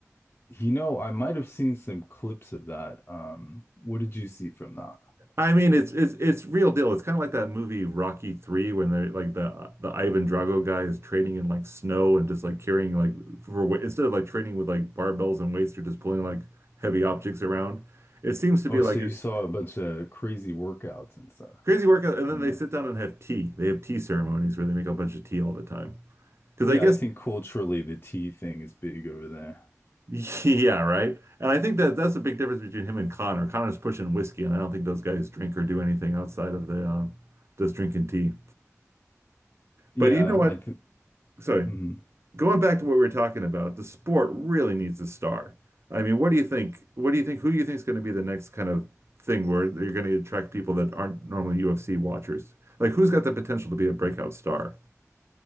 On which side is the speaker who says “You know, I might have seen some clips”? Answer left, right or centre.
Left